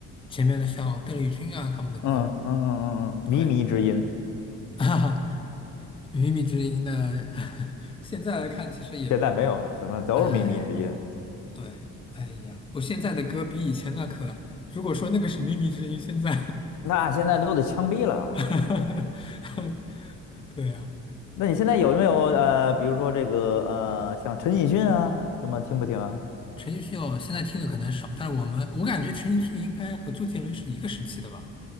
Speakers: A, on the left; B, on the left.
A: 前面的像邓丽君啊他们的歌，
B: 嗯嗯嗯嗯嗯，
A: 对，
B: 靡靡之音，
A: <laughs> 哈哈，靡靡之音的，<laughs> 现在来看其实也，
B: 现在没有什么，都是靡靡之音。
A: 哎，对，哎呀，不，现在的歌比以前那可，如果说那个是靡靡之音，现在
B: 那现在都得枪毙了吧？
A: <laughs>
B: 现在都得。
A: 对呀、
B: 那你现在有没有呃，比如说这个呃，像陈奕迅啊，什么听不听啊？
A: 陈奕迅哦，现在听的可能少，但是我们我感觉陈奕迅应该和周杰伦是一个时期的吧？